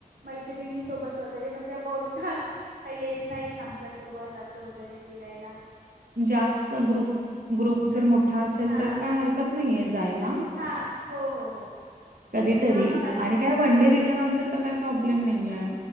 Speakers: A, on the right; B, on the right.
A: मैत्रिणी सोबत वगैरे म त्या बोलतात काही येत नाहीस आमच्यासोबत असं वगैरे फिरायला.
B: जास्त ग्रुप ग्रुप जर मोठा असेल
A: हां
B: तर काही हरकत नाहीये जायला.
A: हां हो हो हो
B: कधीतरी
A: हां मग आत
B: आणि काय वन
A: हां
B: डे रिटर्न असेल तर काय प्रॉब्लेम नाहीये.